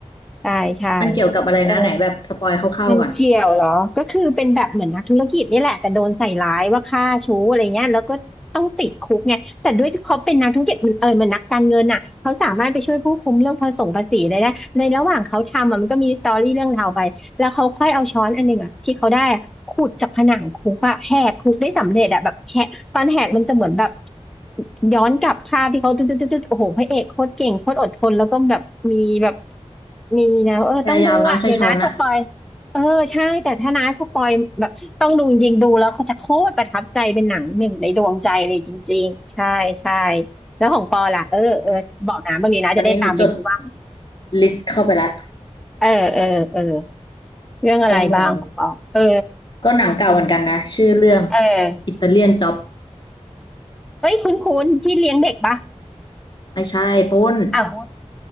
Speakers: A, in the centre; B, on the left.
A: ใช่ใช่
B: มันเกี่ยวกับอะไรนะไหนแบบสปอยคร่าวๆก่อน
A: เออ มันเกี่ยวเหรอก็คือเป็นแบบเหมือนนักธุรกิจนี่แหละแต่โดนใส่ร้ายว่าฆ่าชู้อะไรเงี้ยแล้วก็ต้องติดคุกไงแต่ด้วยที่เขาเป็นนักธุรกิจมันเออมันนักการเงินน่ะเขาสามารถไปช่วยผู้คุมเรื่องภาษีภาษีได้นะในระหว่างเขาทำอะมันก็มีสตอรี่เรื่องราวไปแล้วเขาค่อยเอาช้อนอันหนึ่งอ่ะที่เขาได้อะขุดจากผนังคุกอะแหกคุกได้สำเร็จอะแบบแหกตอนแหกมันจะเหมือนแบบย้อนกลับภาพที่เขาตึ๊ดตึ๊ดตึ๊ดตึ๊ดโอ้โหพระเอกโคตรเก่งโคตรอดทนแล้วก็แบบมีแบบมีนะเออต้องดูอ่ะเดี๋ยวนะสปอย
B: พยายามเนาะใช่ช้อนอะ
A: เออใช่แต่ถ้าน้าผู้ปอยแบบต้องดูจริงๆดูแล้วเขาจะโคตรประทับใจเป็นหนังหนึ่งในดวงใจเลยจริงๆใช่ใช่แล้วของปอล่ะเออเออบอกน้าบ้างดีนะจะได้ตามไปดูบ้าง
B: อืมตอนนี้หนูจดลิสต์เข้าไปแล้ว
A: เออเออเออเรื่องอะไรบ้างของปอเออ
B: ของหนูก็หนังเก่าเหมือนกันนะชื่อเรื่อง
A: เออ
B: อิตาเลียนจ็อบ
A: เฮ้ยคุ้นๆที่เลี้ยงเด็กปะ
B: ไม่ใช่ปล้น
A: อ้าว